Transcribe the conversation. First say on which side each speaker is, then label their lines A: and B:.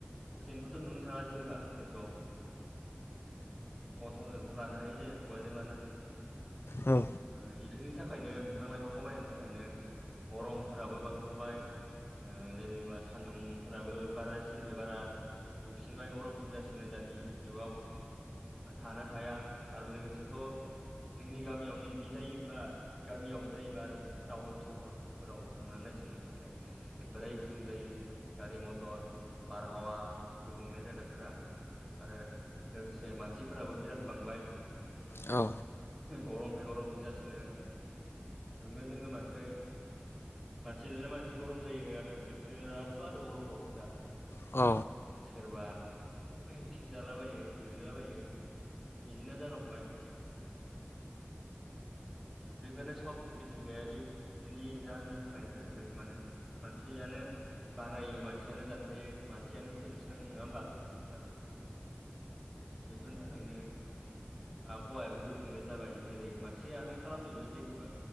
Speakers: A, in the centre; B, on the left.
A: अक्सिजेनखौथ' नुनो थाङा जोंथ' ओ गन्थंजोंथ' लानो हायो जोङो खुगाजों लानो हायो।
B: औ।
A: ओ इफोरनि थाखायनो बिफां लाइफां खमायनायनि थाखायनो गरमफोराबो बांनो हमबाय ओ जेनेबा सान्दुंफोराबो बारा सिननिफ्राय बारा दुंफिनबाय गरमसिन जासिन नो दानि जुगाव थानो हाया आरो लोगोसेथ' जोंनि गामियावनो इदि जायोबा गामियावनो जायोबा आरो टाउन सहरफोराव थांनानै नायसुन नों खेबसे। बोराय गुदुं जायो गारि मथर बारहावा गुबुंले जानायफोरा। आरो लोगोसे मानसिफोराबो बिराद बांबाय।
B: औ।
A: गरमनिफ्राय गरमसिन जासिनो होंगो दोंगो मानसि। मानसि जोंनो मानसि गरम जायो आरो बोथोराथ' आरो गरमबावोसो दा।
B: औ।
A: सोरबा फिट जालाबायो गोलैलाबायो। बिदिनो जानो हमबाय। बेफोरनो सब मिथिंगायारिनि जाहोननि थाखायनो जाजोबबाय माने मानसियानो बानायो मानसियानो दानफायो मानसियानो फोजोबस्राङो नङा होमबा नोंथां? बेफोरनि थाखायनो आबहावायाबो गुबुंले जाबाय जेरै मानसि जेयानो खालामजुबबाय जेखोबो